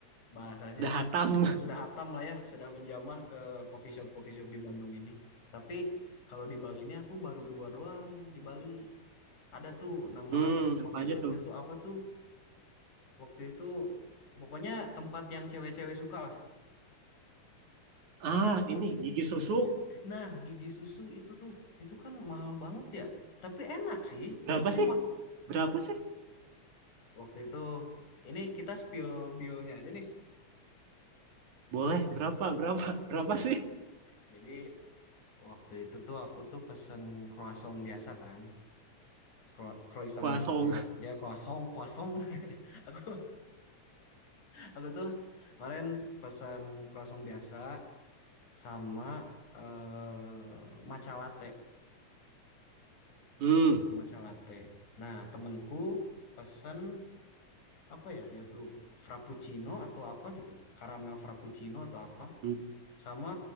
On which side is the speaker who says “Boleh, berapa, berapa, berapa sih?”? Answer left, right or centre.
Right